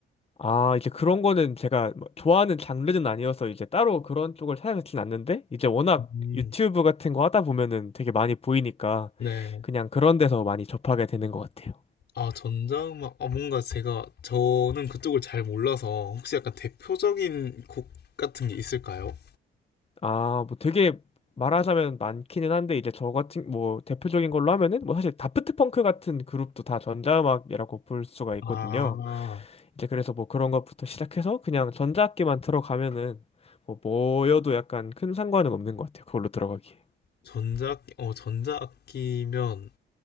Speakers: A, on the left (about 30°); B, on the left (about 55°).
A: 아, 이제 그런 거는 제가 뭐 좋아하는 장르는 아니어서 이제 따로 그런 쪽을 찾아듣진 않는데 이제 워낙
B: 음,
A: 유튜브 같은 거 하다 보면은 되게 많이 보이니까
B: 네.
A: 그냥 그런 데서 많이 접하게 되는 것 같아요.
B: 아, 전자음악. 아, 뭔가 제가, 저는 그쪽을 잘 몰라서 혹시 약간 대표적인 곡 같은 게 있을까요?
A: 아, 뭐 되게 말하자면 많기는 한데 이제 저 같은 뭐 대표적인 걸로 하면은 뭐 사실 다프트 펑크 같은 그룹도 다 전자음악이라고 볼 수가 있거든요.
B: 아,
A: 이제 그래서 뭐 그런 것부터 시작해서 그냥 전자악기만 들어가면은 뭐 뭐여도 약간 큰 상관은 없는 것 같아요. 그걸로 들어가기.
B: 전자, 어, 전자악기면,